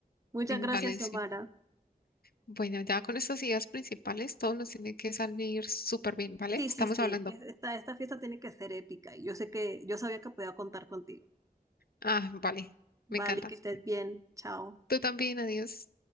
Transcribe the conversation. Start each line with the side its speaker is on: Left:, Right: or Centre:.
Right: Muchas
Left: mm,
Right: gracias,
Left: vale,
Right: Xiomara.
Left: sí. Bueno, ya con estas ideas principales, todo nos tiene que salir súper bien, ¿vale?
Right: Sí,
Left: Estamos
Right: sí, sí,
Left: hablando.
Right: es que esta, esta fiesta tiene que ser épica y yo sé que yo sabía que podía contar contigo.
Left: Ah, vale,
Right: Vale,
Left: me encanta.
Right: que estés bien, chao.
Left: Tú también, adiós.